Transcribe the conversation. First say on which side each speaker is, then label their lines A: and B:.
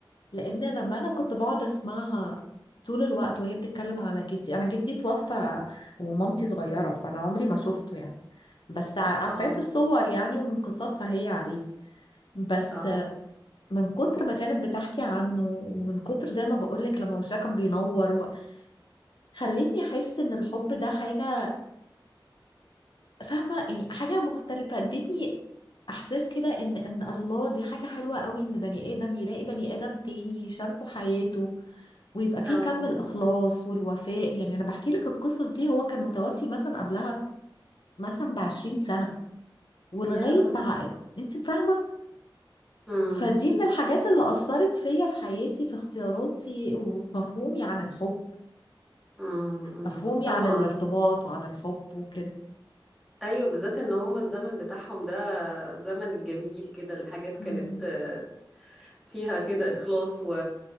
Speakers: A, on the left; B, in the centre.
A: لأن لما أنا كنت بقعد أسمعها طول الوقت وهي بتتكلم على جدي أنا جدي توفى ومامتي صغيرة فأنا عمري ما شفته يعني بس ع- عارفاه
B: اه
A: في الصور يعني ومن قصصها هي عليه بس
B: اه
A: من كتر ما كانت بتحكي عنه ومن كتر زي ما بقولك لما وشها كان بينور و- خلتني احس ان الحب ده حاجة فاهمة يعني حاجة مختلفة ادتني احساس كده ان ان الله دي حاجة حلوة قوي ان بني ادم يلاقي بني ادم تاني يشاركه حياته ويبقى فيه
B: اه
A: كم الاخلاص والوفاء يعني انا بحكي لك القصص دي هو كان متوفي مثلا قبلها مثلا بعشرين سنة ولغاية
B: يا
A: بقى انت فاهمة
B: امم
A: فدي من الحاجات اللي أثرت فيا في حياتي في اختياراتي وفي مفهومي عن الحب
B: امم أمم.
A: مفهومي
B: طبعا
A: عن الارتباط وعن الحب وكده
B: ايوه بالذات ان هم الزمن بتاعهم ده زمن الجميل كده الحاجات كانت
A: مم.
B: آه، فيها كده اخلاص و...